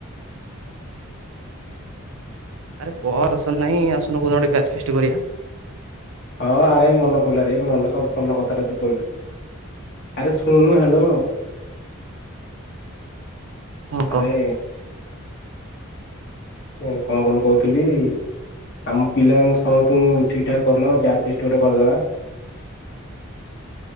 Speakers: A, on the right; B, on the left.
A: ଆରେ କରସନ ନାହିଁ ଆସନୁ କଉ ଦିନ ଗୋଟେ ବ୍ୟାଚ ଫିଷ୍ଟ କରିବା।
B: ହଁ ଆରେ ମନ ପଇଲାରେ ମନ ସବୁ ଭଲ କଥାଟା ତୁ କହିଲୁ। ଆରେ ଶୁଣୁନୁ ହ୍ୟାଲୋ।
A: କଣ କହ
B: ଆରେ। ଏ କଣ କିଲୁ କହୁଥିଲି। ଆମ ପିଲାଙ୍କ ସମସ୍ତଙ୍କୁ ଠିକ ଠାକ କରିନବା ବୟ ଫିସ୍ ଗୋଟେ କରିଦବା।